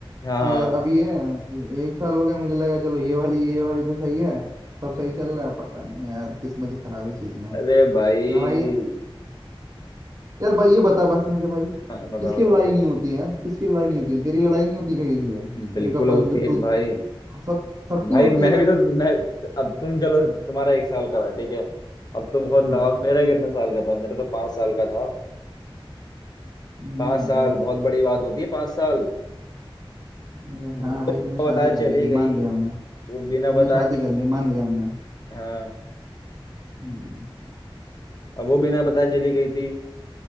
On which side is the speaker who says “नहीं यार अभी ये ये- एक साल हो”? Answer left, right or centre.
Right